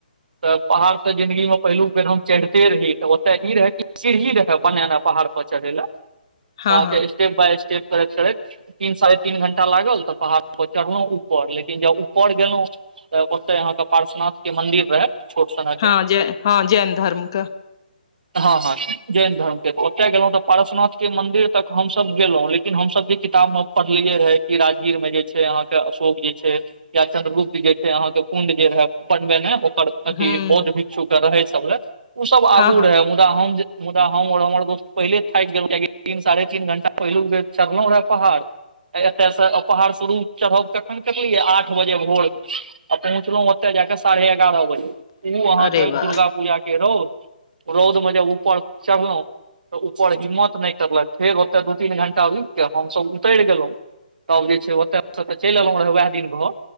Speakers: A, on the right; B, on the left.
A: तऽ पहाड़ ते जिंन्दगी मे पहिलुक बेर हम चैढ़ते रही तऽ ओतय ई रहै कि सीढ़ी रहे बनेने पहाड़ पर चढ़ै ले
B: हँ
A: अहाँके
B: हँ
A: स्टेप- बाय- स्टेप करैत चढ़ैत तीन- साढ़े- तीन घंटा लागल तऽ पहाड़ पर चढ़लौं ऊपर लेकिन जब ऊपर गेलौं तऽ ओ तय अहाँ के पार्श्वनाथ के मंदिर रहै। छोट सनक
B: हँ जै हँ जैन धर्म के
A: हँ हँ जैन धर्म के तऽ गेलों तऽ पारसनाथ के मंदिर तक हमसब गेलौं लेकिन हमसब जे किताब मे पढ़लियै रहै राजगीर मे जे छै अहाँके अशोक जे छै या चंन्द्रगुप्त जे छै अहाँके कुण्ड जे रहै बनबेने ओकर अथी
B: हूँ
A: बौद्ध भिक्षु के रहै सब ले उ सब आगू
B: हँ हँ
A: रहै मुदा हम जे मुदा हम आओर हमर दोस्त पहिले थाकि गेलि कियेकि तीन साढ़े तीन घंटा पहिलुक बेर चढ़लौं रहै पहाड़ एतयसँ अपहार शुरूप चढ़ब कखन करलीयइ आठ बजे भोरमे आ पहुँचलौं ओतय जाकऽ साढ़े एगारह बजे उ अहाँके
B: अरे वाह
A: दुर्गा पूजा के रौद रौद मे जे उपर चढलौं तऽ ऊपर हिम्मत नय करलक फेर ओते दू तीन घंटा रूकि के हमसभ उतरि गेलहुँ तब जे छै ओतयसँ तऽ चलि एलौं रहे उएह दिन घर